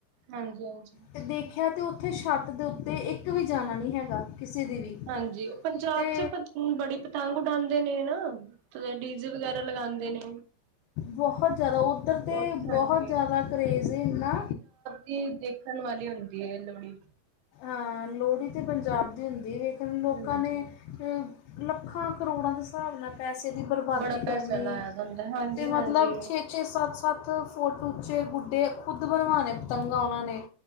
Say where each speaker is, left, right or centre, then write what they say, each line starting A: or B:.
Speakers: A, on the right (about 90°); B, on the left (about 80°).
A: ਹਾਂਜੀ -ਹਾਂਜੀ।
B: ਤੇ ਦੇਖਿਆ ਤੇ ਉੱਥੇ ਛੱਤ ਦੇ ਉੱਤੇ ਇੱਕ ਵੀ ਜਾਣਾ ਨੀ ਹੈਗਾ, ਕਿਸੇ ਦੀ ਵੀ।
A: ਹਾਂਜੀ, ਉਹ ਪੰਜਾਬ
B: ਤੇ
A: ਚ ਬੜੀ ਪਤੰਗ ਉਡਾਂਦੇ ਨੇ ਨਾ, ਤੇ ਡੀਜ਼ੇ ਵਗੈਰਾ ਲਗਾਂਦੇ ਨੇ
B: ਬਹੁ ਜ਼ਿਆਦਾ, ਉੱਧਰ
A: ਬਹੁਤ
B: ਤੇ
A: ਹਾਂਜੀ
B: ਬਹੁ ਜ਼ਿਆਦਾ ਕਰੇਜ਼ ਏ ਏਨਾ
A: ਇਹ ਦੇਖਣ ਵਾਲੀ ਹੁੰਦੀ ਐ ਲੋਹੜੀ।
B: ਅ ਲੋਹੜੀ ਤੇ ਪੰਜਾਬ ਦੀ ਹੁੰਦੀ ਏ, ਲੇਕਿਨ ਲੋਕਾਂ
A: ਹਾਂਜੀ
B: ਨੇ ਲੱਖਾਂ ਕਰੋੜਾਂ ਦੇ ਸ ਹਿਸਾਬ ਨਾਲ ਪੈਸੇ ਦੀ ਬਰਬਾਦੀ
A: ਬੜਾ ਪੈਸਾ
B: ਕਰਨੀ
A: ਲਾਇਆ
B: ਏ,
A: ਦਾ ਹੁੰਦਾ ਹਾਂਜੀ
B: ਤੇ ਮਤਲਬ
A: ਹਾਂਜੀ
B: ਛੇ-ਛੇ, ਸੱਤ-ਸੱਤ ਬਹੁਤ ਉੱਚੇ ਗੁੱਡੇ, ਖੁਦ ਬਣਵਾਣੇ ਪਤੰਗਾਂ ਉਹਨਾਂ ਨੇ।